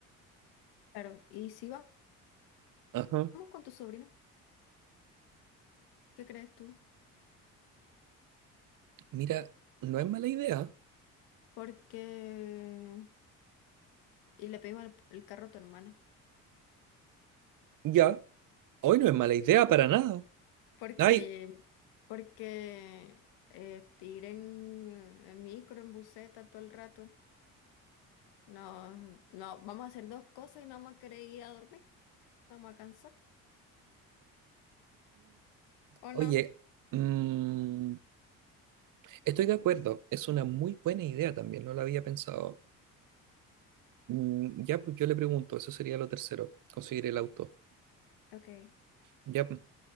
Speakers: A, on the left (about 75°); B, on the right (about 55°).
A: Claro, y si va-
B: Ajá.
A: vamos con tu sobrino, ¿qué crees tú?
B: Mira, no es mala idea.
A: Porque... Y le pedimos el, el carro a tu hermana.
B: Ya, hoy no es mala idea para nada.
A: Porque...
B: Ay,
A: Porque... Eh, te ir en, eh, en micro, en buseta todo el rato. No, no, vamos a hacer dos cosas y no vamos a querer ir a dormir. No vamos a cansar. ¿O
B: oye,
A: no?
B: mm, estoy de acuerdo. Es una muy buena idea también, no la había pensado. Mm, ya, pues yo le pregunto, eso sería lo tercero, conseguir el auto.
A: Ok.
B: Ya, pues,